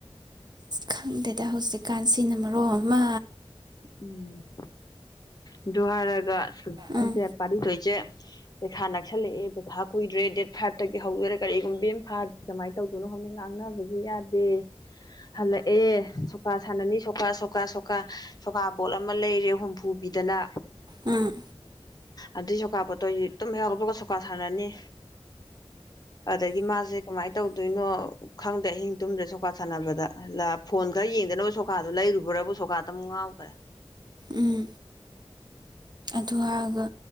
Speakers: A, on the right (about 45°); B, on the left (about 40°).
A: ꯈꯪꯗꯦ ꯍꯧꯖꯤꯛꯀꯥꯟꯁꯤꯅ ꯃꯔꯣ ꯑꯃ
B: ꯎꯝ ꯨ ꯑꯗꯨ ꯍꯥꯏꯔꯒ <unintelligible>
A: ꯎꯝ
B: ꯄꯥꯔꯤꯊꯣꯏꯁꯦ ꯄꯩꯈꯥ ꯅꯛꯁꯜꯂꯛꯑꯦ ꯄꯩꯈꯥ ꯀꯨꯏꯗ꯭ꯔꯦ ꯗꯦꯠ ꯐꯥꯏꯚꯇꯒꯤ ꯍꯧꯗꯣꯏꯔꯦ ꯀꯔꯤꯒꯨꯝꯕꯤ ꯑꯃ ꯐꯥꯗꯔ꯭ꯤ ꯀꯃꯥꯏꯅ ꯇꯧꯗꯣꯏꯅꯣ ꯈꯪꯗꯦ ꯉꯥꯡꯅꯕꯁꯨ ꯌꯥꯗꯦ ꯍꯜꯂꯛꯑꯦ ꯁꯣꯀꯥ ꯁꯥꯟꯅꯅꯤ ꯁꯣꯀꯥ ꯁꯣꯀꯥ ꯁꯣꯀꯥ ꯁꯣꯀꯥꯕꯣꯠ ꯑꯃ ꯂꯩꯔꯦ ꯍꯨꯝꯐꯨ ꯄꯤꯗꯅ
A: ꯎꯝ
B: ꯑꯗꯨꯏ ꯁꯣꯀꯥ ꯕꯣꯠꯇꯣꯁꯦ ꯇꯨꯝ ꯍꯦꯛ ꯍꯧꯒꯠꯂꯛꯄꯒ ꯁꯣꯀꯥ ꯁꯥꯟꯅꯅꯤ ꯑꯗꯒꯤ ꯃꯥꯁꯦ ꯀꯃꯥꯏꯅ ꯇꯧꯗꯣꯏꯅꯣ ꯈꯪꯗꯦ ꯑꯍꯤꯡ ꯇꯨꯝꯗ꯭ꯔꯦ ꯁꯣꯀꯥ ꯁꯥꯟꯅꯕꯗ ꯐꯣꯟ ꯈꯔ ꯌꯦꯡꯗꯅꯕ ꯁꯣꯀꯥꯗꯨꯣ ꯂꯩꯔꯨꯕ꯭ꯔ ꯁꯣꯀꯥꯗꯨ <unintelligible> ꯉꯥꯎꯈ꯭ꯔꯦ
A: ꯎꯝ ꯑꯗꯨ ꯍꯥꯏꯔꯒ